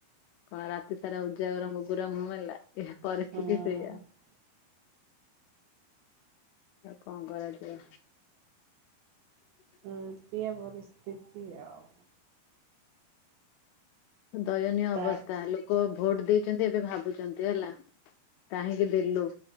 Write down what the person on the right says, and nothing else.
ହୁଁ
ଏମିତିଆ ପରିସ୍ଥିତି ଆଉ।
ତା